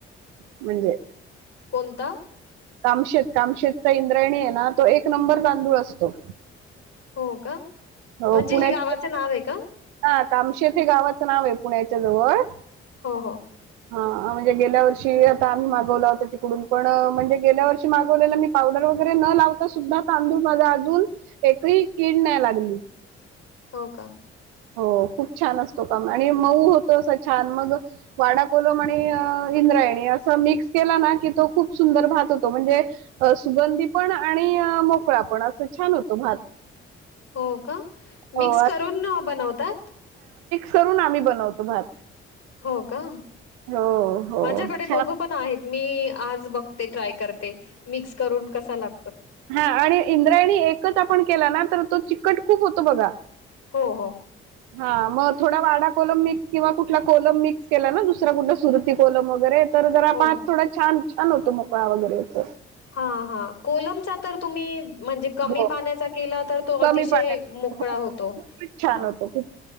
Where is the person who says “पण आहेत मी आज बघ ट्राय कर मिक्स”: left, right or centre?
Left